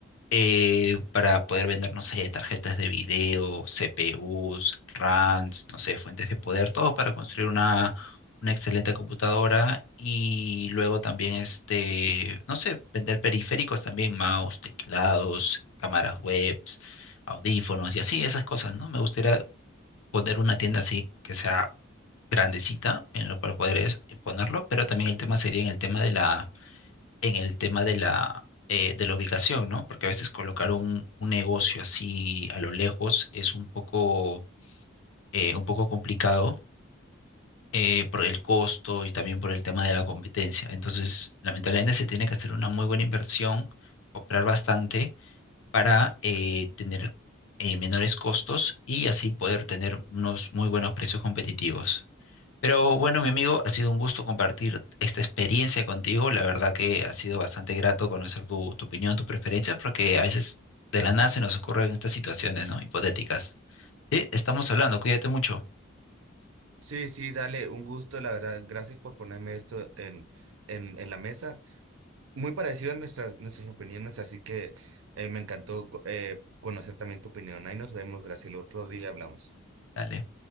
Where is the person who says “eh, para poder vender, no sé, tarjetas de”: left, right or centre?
Left